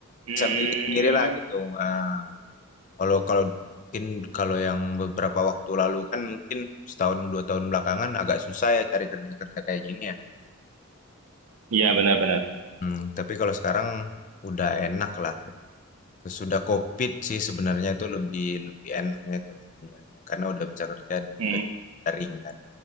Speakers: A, on the right; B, on the left.
A: Hmm.
B: bisa milih sendiri lah gitu, eee, kalau kalau mungkin kalau yang beberapa waktu lalu kan mungkin setahun, 2 tahun belakangan agak susah ya cari kerja-kerja kayak gini ya.
A: Ya, benar-benar.
B: Mmm, tapi kalau sekarang udah enak lah. Sesudah Covid sih sebenarnya itu lebih lebih enaknya tuh sebenarnya, karena udah bisa kerja
A: Hmm.
B: dari daring kan,